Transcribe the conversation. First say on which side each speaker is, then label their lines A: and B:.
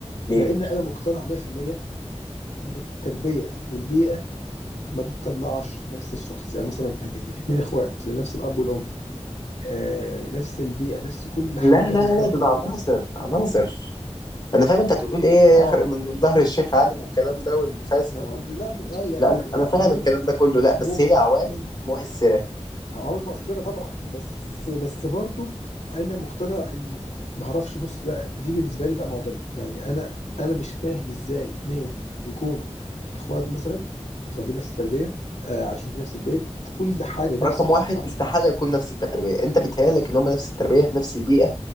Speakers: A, on the left; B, on the left.
A: ليه
B: لان انا مقتنع 100% ان التربيه والبيئه ما بتطلعش نفس الشخص يعني مثلا ات- اتنين اخوات لنفس الاب والام آه نفس البيئه نفس كل حاجه
A: لا لا
B: بالظبط
A: لا لا دول عناصر عناصر انا فاهم انت هتقول ايه
B: اه
A: خرق من من ظهر الشيخ عالم والكلام ده والفاسد
B: فاهم
A: و...
B: قصدي لا م- اه يعني
A: لا انا
B: يعني
A: أنا
B: لا
A: فاهم
B: عموما
A: الكلام ده كله لا
B: عموما
A: بس هي عوامل مؤثره
B: عوامل مؤثرة طبعا بس بس برضو انا مقتنع ان معرفش بص لا دي بالنسبة لي بقى معضلة يعني انا انا مش فاهم ازاي اتنين يكونوا اخوات مثلا متربيين نفس التربية آه، عايشين في نفس البيت كل حاجة نفس
A: رقم واحد
B: الحاجة
A: استحاله يكون نفس التربيه انت بيتهيألك ان هم نفس التربيه نفس البيئه